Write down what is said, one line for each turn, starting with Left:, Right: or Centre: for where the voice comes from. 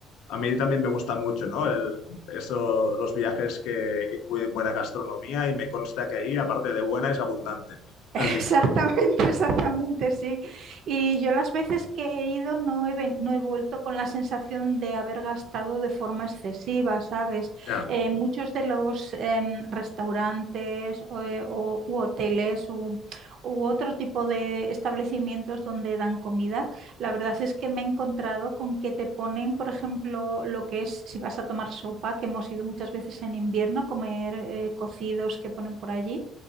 Left: a mí también me gusta mucho, ¿no? El- eso, los viajes que, que incluyen buena gastronomía y me consta que ahí, aparte de buena, es abundante.
Right: <laughs> Exactamente,
Left: Así que,
Right: exactamente, sí. Y yo las veces que he ido no he, ven- no he vuelto con la sensación de haber gastado de forma excesiva, ¿sabes?
Left: ya,
Right: Eh, muchos de los em, restaurantes o, eh, o- u hoteles u, u otro tipo de establecimientos donde dan comida, la verdad es que me he encontrado con que te ponen, por ejemplo, lo que es, si vas a tomar sopa, que hemos ido muchas veces en invierno a comer eh, cocidos que ponen por allí